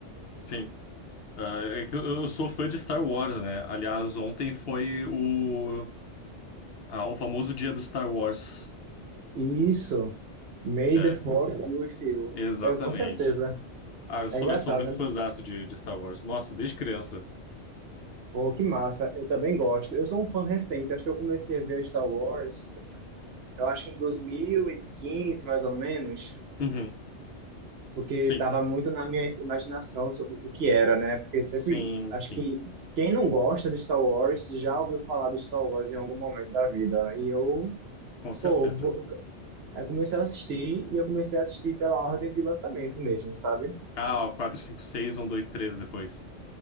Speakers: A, on the left (about 60°); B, on the right (about 65°).
A: Sim. Ah, é que eu, eu sou fã de Star Wars, né? Aliás, ontem foi o. Ah, o famoso dia do Star Wars.
B: E Isso. May
A: É,
B: the Fourth be with you.
A: exatamente.
B: Eu, com certeza.
A: Ah, eu sou,
B: É engraçado,
A: eu sou muito
B: né?
A: fãzaço de, de Star Wars. Nossa, desde criança.
B: Pô, que massa. Eu também gosto. Eu sou um fã recente. Acho que eu comecei a ver Star Wars, eu acho que em 2015, mais ou menos,
A: Uhum.
B: porque
A: Sim,
B: estava muito na minha imaginação sobre o que era, né? Porque sempre,
A: sim,
B: acho
A: sim,
B: que quem não gosta de Star Wars já ouviu falar de Star Wars em algum momento da vida. E eu
A: com certeza.
B: Pô, vou- aí eu comecei a assistir e eu comecei a assistir pela ordem de lançamento mesmo, sabe?
A: Ah, o quatro, cinco, seis um dois três depois.